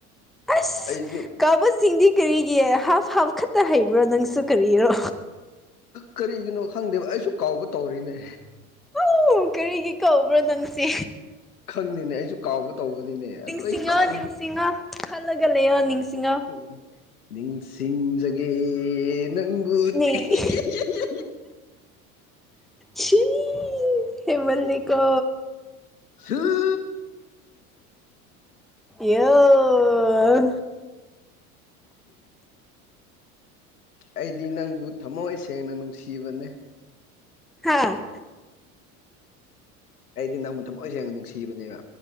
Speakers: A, in the centre; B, on the left.
A: ꯑꯁ
B: ꯑꯩꯁꯨ
A: ꯀꯥꯎꯕꯁꯤꯡꯗꯤ ꯀꯔꯤꯒꯤ ꯍꯥꯞ ꯍꯥꯞ ꯈꯛꯇ ꯍꯩꯕ꯭ꯔꯣ ꯅꯪꯁꯨ ꯀꯔꯤꯔꯣ
B: ꯀꯔꯤꯒꯤꯅꯣ ꯈꯪꯗꯦꯕ ꯑꯩꯁꯨ ꯀꯥꯎꯕ ꯇꯧꯔꯤꯅꯦ
A: ꯑꯧ ꯀꯔꯤꯒꯤ ꯀꯧꯕ꯭ꯔꯣ ꯅꯪꯁꯦ
B: ꯈꯪꯗꯦꯅꯦ ꯑꯩꯁꯨ ꯀꯥꯎꯕ ꯇꯧꯕꯅꯤꯅꯦ ꯑꯗꯨ
A: ꯅꯤꯡꯁꯤꯡꯉ
B: ꯑꯩ ꯀꯥꯎ
A: ꯅꯤꯡꯁꯤꯡꯉ ꯈꯜꯂꯒ ꯂꯩꯔꯣ ꯅꯤꯡꯁꯤꯡꯉ
B: ꯎ ꯁꯤꯁꯤꯡ ꯑꯦ ꯅꯪꯒꯨ ꯍꯤ
A: ꯅꯤ
B: ꯍꯤ ꯍꯤ
A: ꯁꯤ ꯍꯦ ꯃꯜꯂꯤꯀ
B: ꯍ
A: ꯑꯦ
B: ꯑꯩꯗꯤ ꯅꯪꯕꯨ ꯊꯃꯣꯏ ꯁꯦꯡꯅ ꯅꯨꯡꯁꯤꯕꯅꯦ
A: ꯍꯥꯥ
B: ꯑꯩꯗꯤ ꯅꯪꯕꯨꯣꯟ ꯊ ꯂꯣꯏ ꯁꯦꯡꯅ ꯅꯨꯡꯁꯤꯕꯅꯦꯅ